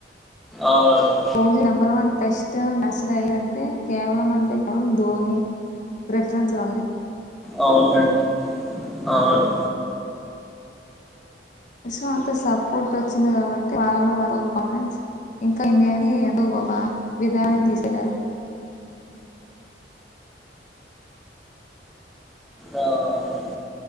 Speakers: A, in the centre; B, on the left.
A: అవును
B: ధోని నెంబర్ వన్ టెస్ట్ <unintelligible> త్రయ్ అంటే కేవలం అంటే కేవలం ధోని ప్రిఫరెన్స్ వాళ్ళే
A: అవునం అవును
B: సో అంత సపోర్ట్ వచ్చింది కాబట్టి వాళ్ళలో వాళ్ళ కాన్ఫిడెన్స్ ఇంకా ఇండియాని <unintelligible> విధానం తీసెలాగా
A: ఆ అవును